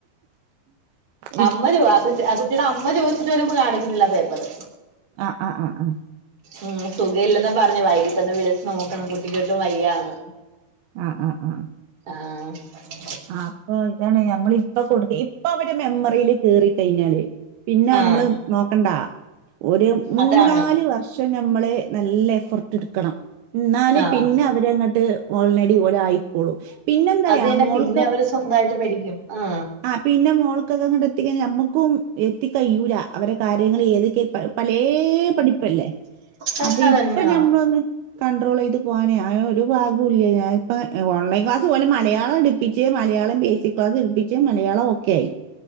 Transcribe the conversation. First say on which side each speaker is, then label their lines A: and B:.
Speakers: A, on the right; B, on the right.
A: ഇപ്
B: അമ്മ ചോ ആ കു ആ കുട്ടിയുടെ അമ്മ ചോദിച്ചിട്ട് പോലും കാണിക്കുന്നില്ല പേപ്പറ്
A: ആഹ് ആഹ് ആഹ്
B: ഉം സുഖ ഇല്ലെന്ന പറഞ്ഞെ വൈകിട്ട് ഒന്ന് വിളിച്ചട്ട് നോക്കണം കുട്ടിക്കോട്ടും വയ്യന്ന പറഞ്ഞേ
A: ആഹ് ആഹ് ആഹ്
B: ആഹ് ആഹ്
A: ആഹ് അപ്പൊ ഇതാണ് ഞമ്മളിപ്പൊ കൊടുക്ക ഇപ്പൊ അവരെ മെമ്മറിയില് കേറിക്കഴിഞ്ഞാല് പിന്നെ
B: ആഹ്
A: നമ്മള് നോക്കണ്ടാ ഒരു മൂന്നാല്
B: അതാണ്
A: വർഷം ഷം നമ്മള് നല്ല എഫർട്ട് എടുക്കണം എന്നല്
B: ആഹ്
A: പിന്നെ അവരങ്ങട്ട് ഓൾനേടി ഒല് ആയിക്കോളും പിന്നെ എന്താറിയാ
B: അത് തന്നെ
A: മോളും
B: പിന്നെ അവര് സ്വന്തായിട്ട് പടിക്കും ആ
A: ആ പിന്നെ മോൾക്ക്ത് എത്തിക്കഴിഞ്ഞാൽ നമ്മുക്കും എത്തി കയുല അവരെ കാര്യങ്ങൾ ഏതൊക്കെ പല പലേ പഠിപ്പല്ലേ
B: തന്നെ
A: അപ്പൊ ഇപ്പൊ
B: തന്നാ
A: ഞമ്മളൊന്ന് കൺട്രോൾ ചെയ്ത് പോകാനേ ആ ഒരു പാഗോല്ല ഞാന ഇപ്പ ഓൺലൈൻ ക്ലാസ്സ് ഓന് മലയാളം എടുപ്പി പിച്ച് മലയാളം ബേസിക് ക്ലാസ് ഇടുപ്പിച്ച് മലയാളം ഒക്കെ ആയി